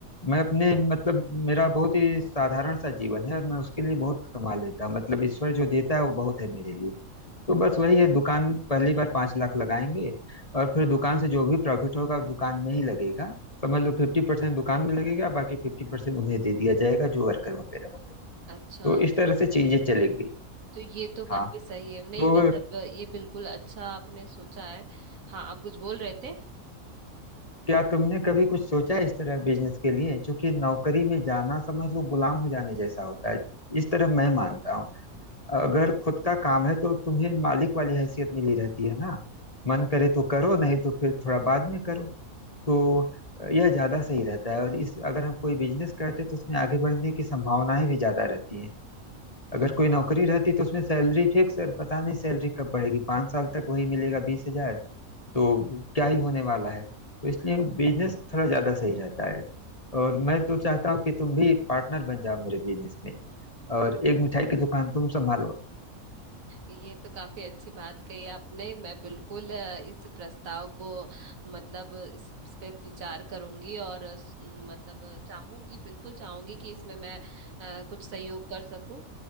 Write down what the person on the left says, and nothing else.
मैं अपने मतलब मेरा बहुत ही साधारण सा जीवन है और मैं उसके लिए बहुत कमा लेता हूँ मतलब ईश्वर जो देता है वो बहुत है मेरे लिए तो बस वही है दुकान पहली बार पांच लाख लगाएंगे और फिर दुकान से जो भी प्रॉफिट होगा वो दुकान में ही लगेगा समझ लो फिफ्टी परसेंट दुकान में लगेगा बाकी फिफ्टी परसेंट उन्हें दे दिया जाएगा जो वर्कर वगैरह होंगे
तो इस तरह से चीजें चलेंगी
हाँ
तो
क्या तुमने कभी कुछ सोचा है इस तरह बिजनेस के लिए क्योंकि नौकरी में जाना समझ लो गुलाम हो जाने जैसा होता है इस तरह मैं मानता हूँ अगर खुद का काम है तो तुम्हें मालिक वाली हैसियत मिली रहती है ना मन करे तो करो नहीं तो फिर थोड़ा बाद में करो तो यह ज्यादा सही रहता है और इस अगर हम कोई बिजनेस करते हैं तो उसमें आगे बढ़ने की संभावनाएं भी ज्यादा रहती हैं अगर कोई नौकरी रहती तो उसमें सैलरी फिक्स और पता नहीं सैलरी कब बढ़ेगी पाँच साल तक वही मिलेगा बीस हजार तो क्या ही होने वाला है तो इसलिए बिजनेस थोड़ा ज्यादा सही रहता है और मैं तो चाहता हूँ कि तुम भी पार्टनर बन जाओ मेरे बिजनेस में और एक मिठाई की दुकान तुम संभालो